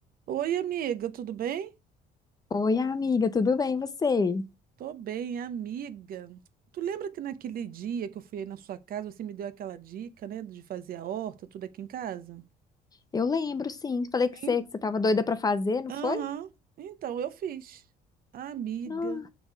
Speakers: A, on the right (about 60°); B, on the left (about 20°).
A: Oi, amiga, tudo bem?
B: Oi, amiga, tudo bem, e você?
A: Tô bem, amiga. Tu lembra que naquele dia que eu fui aí na sua casa, você me deu aquela dica, né, de fazer a horta, tudo aqui em casa?
B: Eu lembro, sim. Falei que você,
A: Em-
B: que você tava doida pra fazer, não
A: Aham.
B: foi?
A: Então, eu fiz. A amiga
B: No-